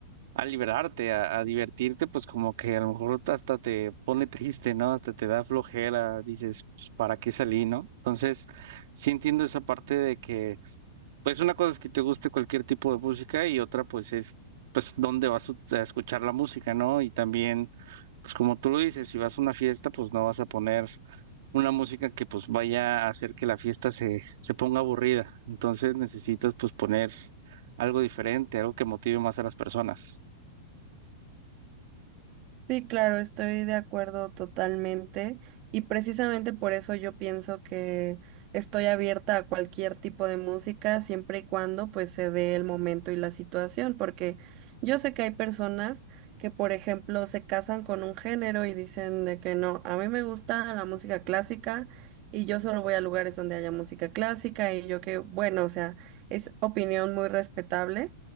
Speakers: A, on the right; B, on the right.
A: a liberarte, a, a divertirte, pues como que a lo mejor hasta te pone triste, ¿no? Hasta te da flojera, dices, pues, ¿para qué salí, no? Entonces, sí entiendo esa parte de que, pues una cosa es que te guste cualquier tipo de música y otra pues es, pues, dónde vas a a escuchar la música, ¿no? Y también, pues como tú lo dices, si vas a una fiesta, pues no vas a poner una música que pues vaya a hacer que la fiesta se, se ponga aburrida. Entonces necesitas pues poner algo diferente, algo que motive más a las personas.
B: Sí, claro, estoy de acuerdo totalmente y precisamente por eso yo pienso que estoy abierta a cualquier tipo de música siempre y cuando pues se dé el momento y la situación, porque yo sé que hay personas que por ejemplo se casan con un género y dicen de que no, a mí me gusta la música clásica y yo solo voy a lugares donde haya música clásica y yo que bueno, o sea, es opinión muy respetable,